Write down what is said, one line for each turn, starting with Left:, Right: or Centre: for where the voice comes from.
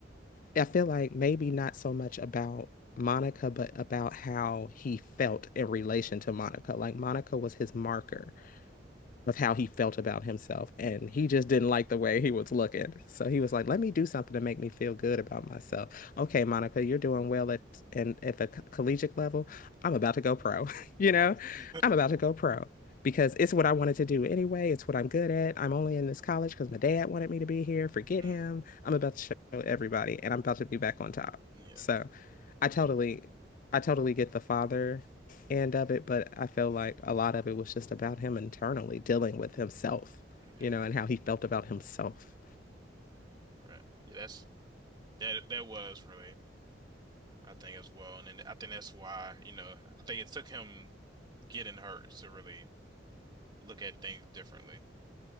Left: I feel like maybe not so much about Monica, but about how he felt in relation to Monica. Like Monica was his marker of how he felt about himself. And he just didn't like the way he was looking. So he
Right: mm,
Left: was like, let me do something to make me feel good about myself. Okay, Monica, you're doing well at and at the co- collegiate level. I'm about to go pro. <laughs> You
Right: right.
Left: know, I'm about to go pro because it's what I wanted to do anyway. It's what I'm good at. I'm only in this college because my dad wanted me to be here. Forget
Right: mm,
Left: him. I'm about to show everybody and I'm about to be back on top.
Right: yeah,
Left: So I totally I totally get the father end of it, but I feel like a lot of it was just about him internally dealing with himself,
Right: yeah,
Left: you know, and how he felt about himself.
Right: right. Yeah, that's that that was really I think as well. And then I think that's why, you know, I think it took him getting hurt to really look at things differently.